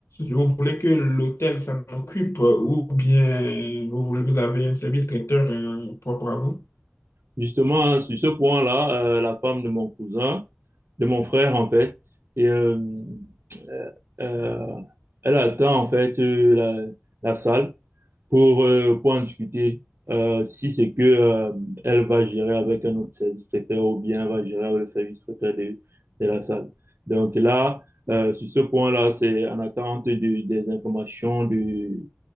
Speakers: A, on the left; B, on the right.
A: vous voulez que l'hôtel s'en occupe euh, ou bien vous voulez, vous avez un service traiteur euh, propre à vous?
B: Justement, sur ce point-là, euh, la femme de mon cousin, de mon frère, en fait, et, euh, euh, euh, elle attend, en fait, euh, la, la salle. pour, euh, pour en discuter. Euh, si c'est que euh, elle va gérer avec un autre service traiteur ou bien elle va gérer avec le service traiteur de, de la salle. Donc là, euh, sur ce point-là, c'est en attente de, des informations de,